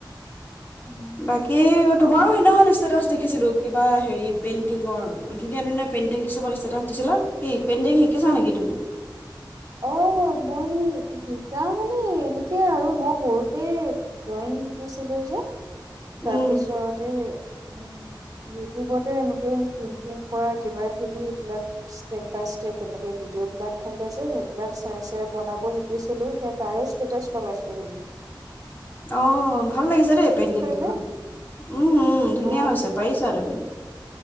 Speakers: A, on the right; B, on the left.
A: উম
B: বাকী
A: হয়
B: তোমাৰো সেইদিনাখন ষ্টেছ দেখি শিকিছিলো কিবা হেৰি পেইণ্টিৰ ধুনীয়া ধুনীয়া পেইণ্টিং কিছুমান ষ্টেছ দিছিলা কি পেইণ্টিং শিকিছা নেকি তুমি?
A: অ' মই শিকা মানে এনেকে আৰু মই সৰুতে ড্ৰয়িং শিকিছিলো যে। তাৰপিছত
B: উম
A: উম ইউটিউবতে এনেকে পেইন্টিং কৰা কিবা কিবি এইবিলাক ষ্টেপ বাই ষ্টেপ এনেকে ভিডিঅ'বলাক থাকে যে স সবিলাক চাই চাই বনাব শিকিছিলো সেই তাৰে ষ্টেটাচ লগাইছিলো সেইবিলাক।
B: অহ। ভাল লাগিছে দেই পেইণ্টিং কেইখন
A: নে
B: উম উম ধুনীয়া
A: অ
B: হৈছে পাৰিছা তুমি।